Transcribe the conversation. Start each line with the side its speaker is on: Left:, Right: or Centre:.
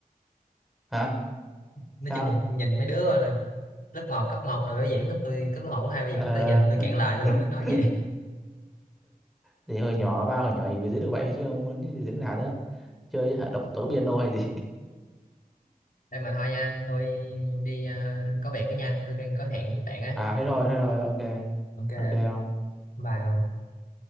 Centre: hả
Left: nói
Centre: sao
Left: chung là nhìn mấy đứa là lớp một cấp một rồi biểu diễn tôi cấp lớp 1, lớp 2 biểu diễn
Centre: ờ
Left: tôi nhìn tôi cạn lời tôi không biết nói
Centre: <laughs>
Left: gì <laughs>
Centre: thì hồi nhỏ ba hồi nhỏ thì biểu diễn được vậy thôi chứ không muốn biểu diễn nào nữa chơi hả độc tấu piano hay gì
Left: Ê mà thôi nha tôi đi ờ, có việc đó nha tôi đang có hẹn với bạn á
Centre: à thế thôi thế thôi ok
Left: ok
Centre: ok không
Left: bye